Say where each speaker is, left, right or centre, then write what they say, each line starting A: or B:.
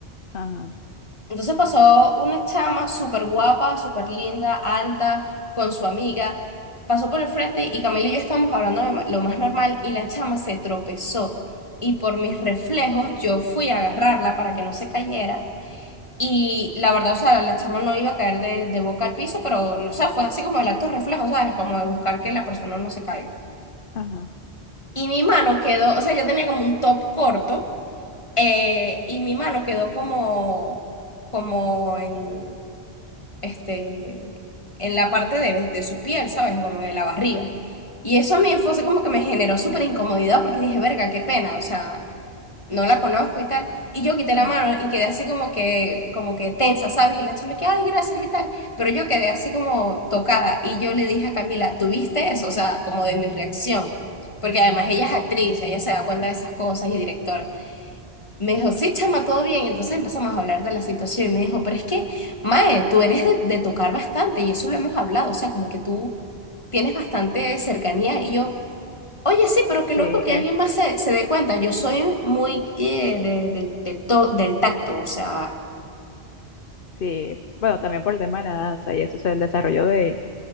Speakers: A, on the left; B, on the left.
A: ajá,
B: Entonces pasó una chama súper guapa, súper linda, alta, con su amiga. Pasó por el frente y Camila y yo estábamos hablando de ma- lo más normal y la chama se tropezó. Y por mis reflejos yo fui a agarrarla para que no se cayera. Y la verdad, o sea, la chama no iba a caer de, de boca al piso, pero no sé, fue así como el acto reflejo, ¿sabes? Como de buscar que la persona no se caiga.
A: ajá.
B: Y mi mano quedó, o sea, yo tenía como un top corto eh, y mi mano quedó como, como en este, en la parte de, de su piel, ¿sabes? Como de la barriga. Y eso a mí fue así como que me generó súper incomodidad porque dije, verga, qué pena, o sea, no la conozco y tal. Y yo quité la
A: ajá.
B: mano y quedé así como que, como que tensa, ¿sabes? Y la chama que, ay, gracias y tal. Pero yo quedé así como tocada y yo le dije a Camila, ¿tuviste eso? O sea, como de mi reacción. Porque además ella es actriz, ella se da cuenta de esas cosas y directora. Me dijo, sí, chama, todo bien. Y entonces empezamos a hablar de la situación y me dijo, pero es que, Mae, tú eres de, de tocar bastante y eso lo hemos hablado, o sea, como que tú tienes bastante cercanía y yo, oye, sí, pero qué loco
A: Sí,
B: que
A: eh,
B: alguien más se, se dé cuenta. Yo soy muy eh, de- del, del, to- del tacto, o sea,
A: sí. Bueno, también por el tema de la danza y eso, o sea, el desarrollo de